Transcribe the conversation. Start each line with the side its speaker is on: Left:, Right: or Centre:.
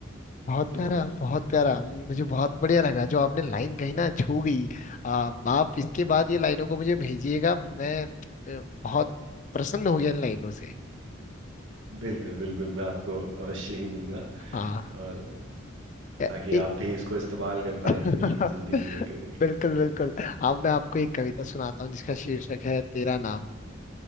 Left: बहुत
Right: तो
Left: प्यारा बहुत प्यारा मुझे बहुत बढ़िया लगा जो आपने लाइन कही ना छू गई आ, आप इसके बाद ये लाइनों को मुझे भेजिएगा मैं अ, बहुत प्रसन्न हो गया इन लाइनों से
Right: बिल्कुल बिल्कुल मैं आपको अवश्य ही दूंगा
Left: हाँ
Right: और
Left: ए,
Right: ताकि
Left: ए,
Right: आप भी इसको इस्तेमाल कर पाए
Left: <laughs>
Right: अपनी जिंदगी में कभी
Left: बिल्कुल बिल्कुल अब मैं आपको एक कविता सुनाता हूँ जिसका शीर्षक है तेरा नाम